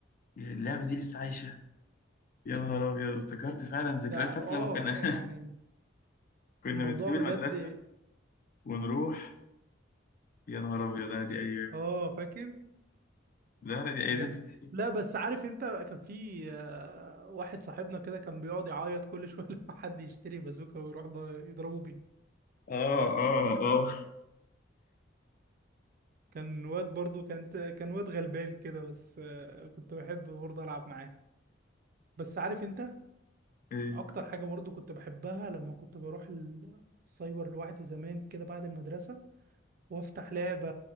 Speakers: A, on the left (about 45°); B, on the right (about 50°).
A: اللعبة دي لسه عايشة يا نهار ابيض افتكرت فعلا ذكريات
B: ده
A: فاكر
B: اه
A: لما كنا
B: يعني
A: <laughs> كنا
B: الموضوع
A: بنسيب المدرسة
B: بجد
A: ونروح يا نهار ابيض لا دي ايام
B: اه فاكر
A: لا لا دي ايام
B: بجد
A: تتنسي
B: لا بس عارف انت كان في آه، واحد صاحبنا كده كان بيقعد يعيط كل شويه <laughs> لما حد يشتري بازوكا ويروح ده يضربه بيه
A: اه اه اه
B: كان واد برضو كان كان واد غلبان كده بس آه، كنت بحب برضو العب معاه بس عارف انت
A: ايه
B: اكتر حاجه برضو كنت بحبها لما كنت بروح ال- السايبر لوحدي زمان كده بعد المدرسه وافتح لعبه